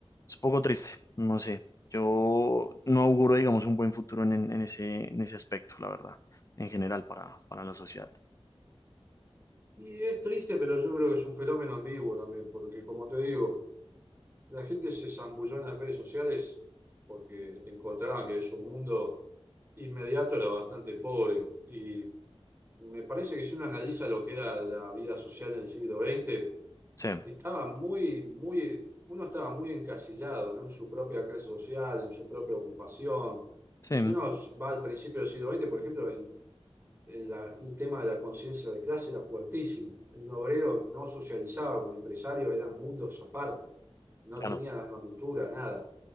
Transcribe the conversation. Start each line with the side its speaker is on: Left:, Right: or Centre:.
Left: es un poco triste, no sé. Yo no auguro, digamos, un buen futuro en, en- en ese, en ese aspecto, la verdad, en general para, para la sociedad.
Right: Y es triste, pero yo creo que es un fenómeno ambiguo también, porque como te digo, La gente se zambulló en las redes sociales porque encontraban que su mundo inmediato era bastante pobre. Y me parece que si uno analiza lo que era la vida social en el siglo XX,
Left: Sí,
Right: estaba muy, muy, uno estaba muy encasillado, ¿no? En su propia clase social, en su propia ocupación.
Left: sí,
Right: Si uno va al principio del siglo XX, por ejemplo, en el, el tema de la conciencia de clase era fuertísimo. Un obrero no socializaba, un empresario eran mundos aparte, no
Left: claro,
Right: tenía la misma cultura, nada.